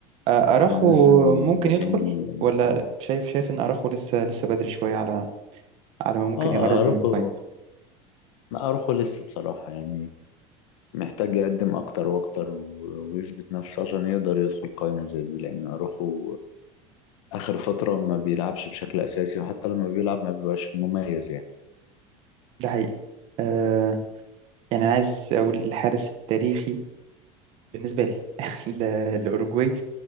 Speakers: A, on the right; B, on the left.
A: آه، اراخو
B: فيمينيزم المدافعين
A: ممكن يدخل
B: المحترمين
A: ولا شايف شايف ان اراخو لسه لسه بدري شويه على على ما ممكن
B: اه
A: يقرب
B: اروخو
A: من القائمه
B: لا اروخو لسه بصراحة يعني محتاج يقدم اكتر واكتر و- ويثبت نفسه عشان يقدر يدخل قائمة زي دي لان اروخو اخر فترة ما بيلعبش بشكل اساسي وحتى لما بيلعب ما بيبقاش مميز يعني
A: ده حقيقي آه يعني انا عايز اقول الحارس التاريخي بالنسبه لي <laughs> ل- لاوروجواي